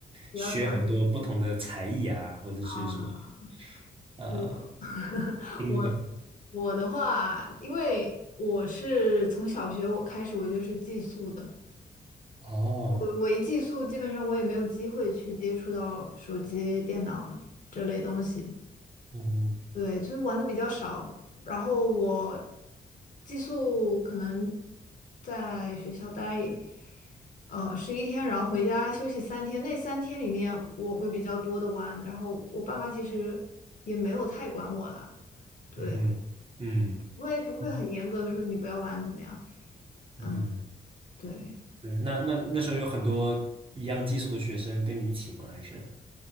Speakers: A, on the left; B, on the right.
A: 比较强硬
B: 学很多不同的才艺啊，或者是什么
A: 啊。
B: 呃
A: 我 <laughs>
B: 冰的
A: 我我的话，因为我是从小学我开始我就是寄宿的，
B: 哦，
A: 我我一寄宿，基本上我也没有机会去接触到手机、电脑这类东西。
B: 嗯
A: 对，就是玩的比较少，然后我寄宿可能在学校待呃十一天，然后回家休息三天。那三天里面我会比较多的玩，然后我爸妈其实也没有太管我啦，对，
B: 嗯嗯
A: 不会不会很严格的说你不要玩怎么样，
B: 嗯
A: 嗯，
B: 嗯，
A: 对，
B: 嗯，那那那时候有很多一样技术的学生跟你一起吗？还是？